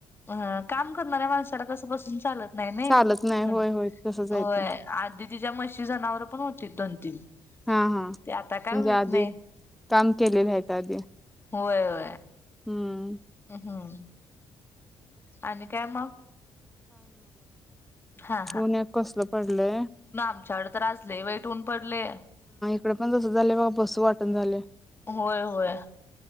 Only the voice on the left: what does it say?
अ? !?????? काम करणाऱ्या माणसाला कसं बसून चालत नाय नाय
हम
होय
आधी तिच्या म्हशी जनावर पण होती दोन तीन
ते आता काय होईत
नाही
होय होय
हम्म आणि काय मग हा
आमच्याकड त्रजले वेटऊन पडले???????
होय होय